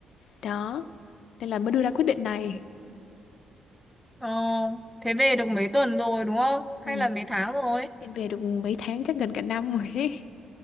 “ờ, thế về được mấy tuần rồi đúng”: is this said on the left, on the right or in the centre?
Centre